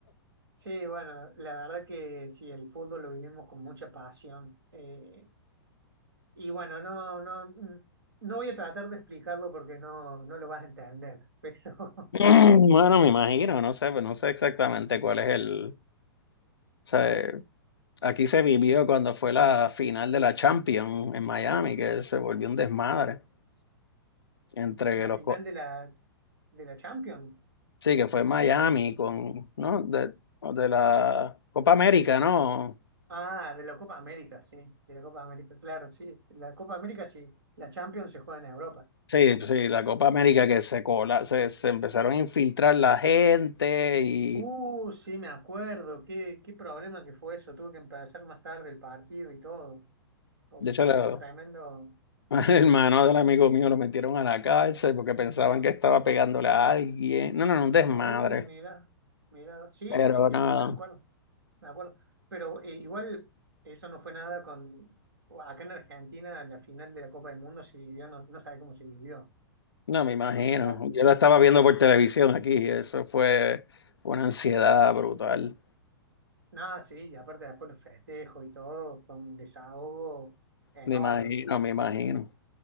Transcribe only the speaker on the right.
sí, bueno, la verdad que sí, el fútbol lo vivimos con mucha pasión. Eh, Y bueno, no, no, mm, no voy a tratar de explicarlo porque no, no lo vas a entender, pero
<laughs> la
final de la, de la Champions.
Ah, de la Copa América, sí, de la Copa América, claro, sí, la Copa América sí, la Champions se juega en Europa.
Uh, sí, me acuerdo, qué, qué problema que fue eso, tuve que empezar más tarde el partido y todo, porque
se
armó
tremendo,
Oh, mira, mira, sí,
sí, sí,
sí, me acuerdo, me acuerdo. Pero eh, igual eso no fue nada con... Acá en Argentina, en la final de la Copa del Mundo se vivió, no, no sabe cómo se vivió.
Cuando sabe...
Nada, sí, y aparte después los festejos y todo, fue un desahogo enorme.